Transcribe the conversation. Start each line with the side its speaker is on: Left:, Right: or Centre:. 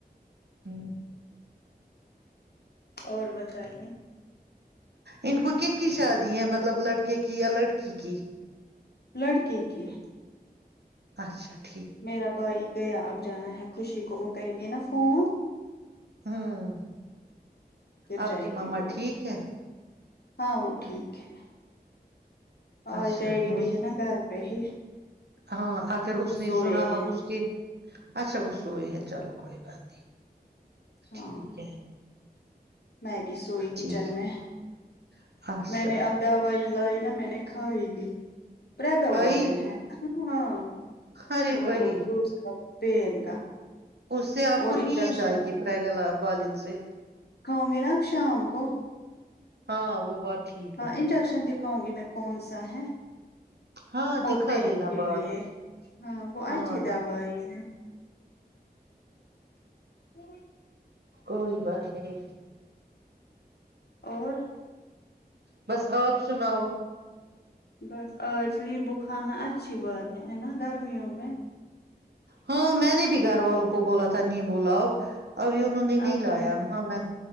Right: ہ
Left: اور بتائیے
Right: ان کو کن کی شادی ہے مطلب لڑکے کی یا لڑکی کی
Left: لڑکے کے
Right: اچھاچ
Left: میرا بھائی گیا ابھی جانا ہے خوشی کو وہ کریں گے نا فون
Right: ہاں
Left: پھر
Right: آپ
Left: جائے
Right: کی ماما
Left: گی وہ
Right: ٹھیک ہے
Left: ہاں وہ ٹھیک ہے
Right: اچھا
Left: آج ڈیڈی
Right: وہ
Left: بھی ہے نا گھر پہ ہی
Right: ہاں اگر اس نے
Left: سوئے
Right: سنا اب
Left: ہیں
Right: اس کے اچھا وہ سوئے ہے چلو کوئی بات نہیں
Left: ہاں
Right: ٹھیک ہے
Left: میں بھی سوئی کچن
Right: ٹھیک
Left: میں
Right: ہے اچھا
Left: میں نے اب دوائی لائی ن مینکا ای پ کا
Right: کھائی
Left: بالن ہیں ہاں ہاں
Right: ارے
Left: اور
Right: وہی
Left: اردو اس کا پن کا
Right: اس سے آپ
Left: اور
Right: کو
Left: انڈکشن
Right: نیند آئے گی پگلا بالن سے
Left: کھاؤ گے نا آپ شام کو
Right: ہاں وہ بات ٹھیک
Left: ہاں
Right: ہے
Left: انجکشن د کاؤوںں گی میں کون سا ہے
Right: ہاں
Left: اور
Right: دکھا
Left: پینٹ
Right: دینا
Left: کے
Right: بعد
Left: لیے
Right: میں
Left: ہاں وہ
Right: ہاں
Left: اچھی دوائی ہے ہ
Right: کوئی بات نہیں
Left: اور
Right: بس آپ سناؤ
Left: بس آج لییمبو کھانا اچھی بات ہے ہے نا گرمیوں میں
Right: ہاں میں نے بھی گھر والوں کو بولا تھا نہیں بولاؤ ابھی انہوں نے نہیں
Left: اب
Right: لایا ہاں میں